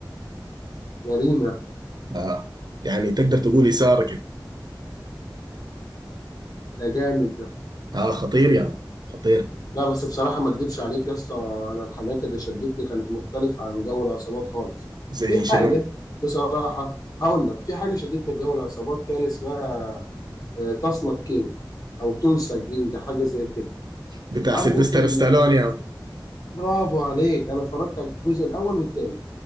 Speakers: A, on the left; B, on the right.
A: جريمة
B: آه يعني تقدر تقول إثارة كده
A: ده جامد ده
B: آه خطير يعني خطير
A: لا بس بصراحة ما أكدبش عليك يا اسطى أنا الحاجات اللي شدتني كانت مختلفة عن جو العصابات خالص
B: زي
A: في حاجة
B: شنو
A: بصراحة هقول لك في حاجة شدتني في جو العصابات كان اسمها آه، تسلا كينج أو تولسا كينج حاجة زي كده
B: بتاع
A: عارف
B: سيلفستر
A: أنت ال-
B: ستالون يعني
A: برافو عليك أنا اتفرجت على الجزء الأول والتاني